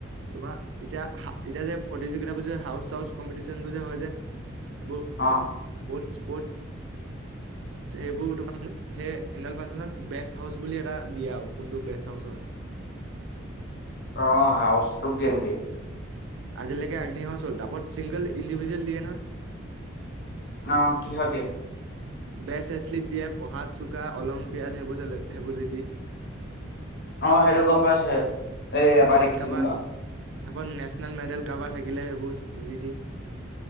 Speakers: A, on the right; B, on the left.
A: তোমাৰ এতিয়া এতিয়া যে প্ৰতিযোগিতাাবোৰ যে হাউচ চাউচ কম্পিটিচনবোৰ যে হৈ যে এব
B: অ
A: স্পৰ্ট স্পৰ্ট এইবোৰ তো সেই এনুৱেল ফাংচনত বে হাউচ বুলি এটা দিয়া আৰু কোনটো বেষ্ট হাউচ হয়
B: অ হাউচটোক গেৰুোটেই
A: আজিলৈকে আগ্নিহাউচ হল তাৰাপত ছিংগল ইণ্ডিভিজুৱেল দিয়ে ন
B: অ কিহঁতে
A: বেষ্ট এথলিট দিয়ে পঢ়াত চোকা অলিম্পিয়ডব হেবুজেটি
B: অ সেইটো গম পাইছো এই এবাৰ
A: তপত
B: দেখিছিলো
A: কাৰোবাৰ
B: ন
A: তত নেশচনেল মেডেল কাৰোবাৰ থাকিলে সেইবোৰ যি দি